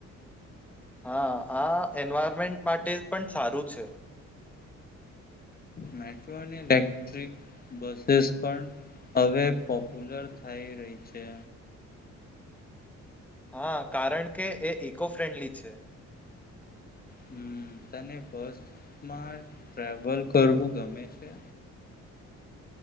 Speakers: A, in the centre; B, on the left.
A: હા, આ એન્વાયરમેન્ટ માટે પણ સારું છે.
B: મેટ્રો અને લેક્ટ્રિક બસીસ પણ હવે પોપ્યુલર થઈ રહી છે.
A: હા, કારણ કે એ ઇકો ફ્રેન્ડલી છે.
B: હમ, તને બસમાં ટ્રાવેલ કરવું ગમે છે?